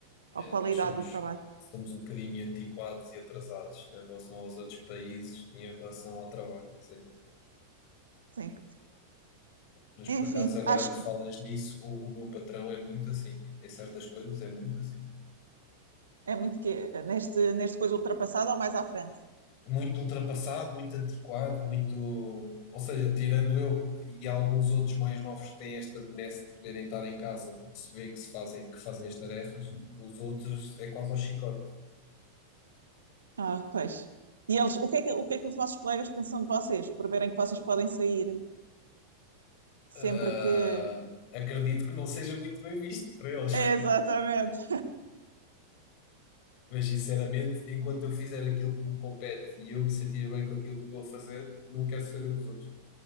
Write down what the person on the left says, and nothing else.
É,
nós somos,
somos um bocadinho antiquados e atrasados em relação aos outros países e em relação ao trabalho, sim.
Mas
por acaso, agora
que falas
nisso, o, o meu patrão é muito assim. Em certas coisas é muito assim.
Muito ultrapassado, muito antiquado, muito. Ou seja, tirando eu e alguns outros mais novos que têm esta benesse de poderem estar em casa porque se vê que, se fazem, que fazem as tarefas, os outros é quase ao chicote.
Ah,
acredito que não seja muito bem visto por eles.
Mas sinceramente, enquanto eu fizer aquilo que me compete e eu me sentir bem com aquilo que estou a fazer, não quero saber dos outros.